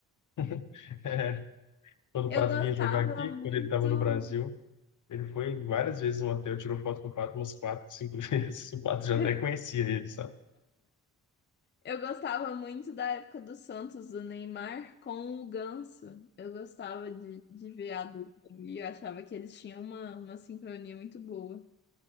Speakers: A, on the left; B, on the left.
A: <laughs> É, quando
B: Eu
A: o pato
B: gostava
A: vinha jogar aqui,
B: muito.
A: quando ele estava no Brasil, ele foi várias vezes no hotel, tirou foto com o pato umas quatro, cinco <laughs> vezes. O pato já
B: <laughs>
A: até conhecia ele, sabe?
B: Eu gostava muito da época do Santos, do Neymar com o Ganso. Eu gostava de, de ver a dupla ali, eu achava que eles tinham uma, uma sincronia muito boa.